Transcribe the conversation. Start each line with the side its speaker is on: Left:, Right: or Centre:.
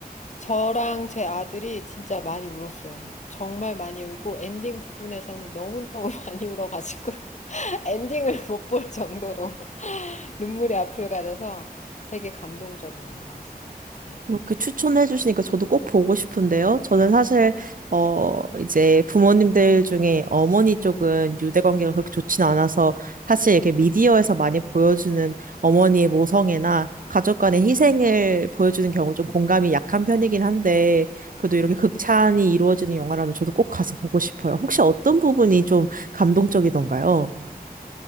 Left: 저랑 제 아들이 진짜 많이 울었어요. 정말 많이 울고 엔딩 부분에서는 너무너무 <laughs> 많이 울어가지고 <laughs> 엔딩을 못 볼 정도로 <laughs> 눈물의 앞을 가려서 되게 감동적인 영화였어요. 네.
Right: 그렇게 추천해 주시니까 저도 꼭 보고 싶은데요. 저는 사실 어 이제 부모님들 중에 어머니 쪽은 유대 관계가 그렇게 좋진 않아서 사실 이렇게 미디어에서 많이 보여주는 어머니의 모성애나 가족 간의 희생을 보여주는 경우 좀 공감이 약한 편이긴 한데 그래도 이렇게 극찬이 이루어지는 영화라면 저도 꼭 가서 보고 싶어요. 혹시 어떤 부분이 좀 감동적이던가요?